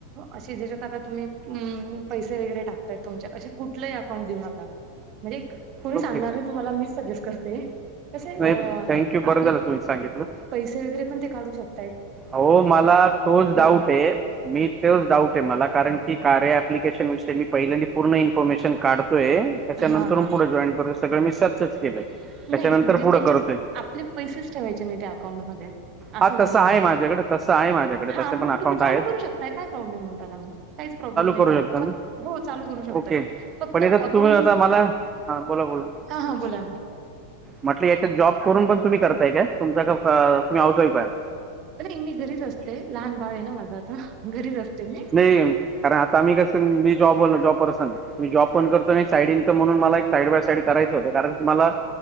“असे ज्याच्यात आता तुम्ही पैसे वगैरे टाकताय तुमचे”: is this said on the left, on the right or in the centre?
Right